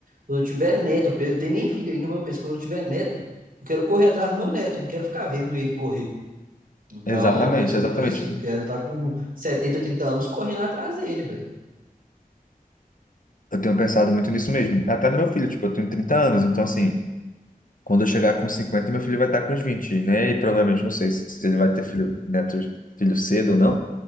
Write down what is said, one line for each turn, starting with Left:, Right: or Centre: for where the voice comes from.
Right: quando eu tiver neto, eu penso- eu tenho nem filho ainda, mas eu penso, quando eu tiver neto, eu quero correr atrás do meu neto, eu não quero ficar vendo ele correr. Então,
Left: Exatamente,
Right: eu penso
Left: exatamente.
Right: muito isso. eu Quero estar com 70 80 anos correndo atrás dele, velho.
Left: Eu tenho pensado muito nisso mesmo. Até no meu filho, tipo, eu tenho 30 anos, então assim, quando eu chegar com 50, meu filho vai estar com uns 20, né? E provavelmente, não sei se ele vai ter filho, neto, filho cedo ou não,